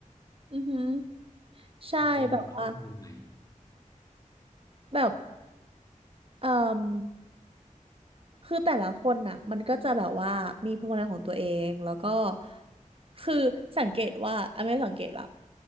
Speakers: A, on the right; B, on the left.
A: อือหือใช่แบบว่า
B: เป็นข้อมูลใหม่
A: แบบเอ่มคือแต่ละคนน่ะมันก็จะแบบว่ามีพลังของตัวเองแล้วก็คือสังเกตว่าอ่ะไม่สังเกตหรอก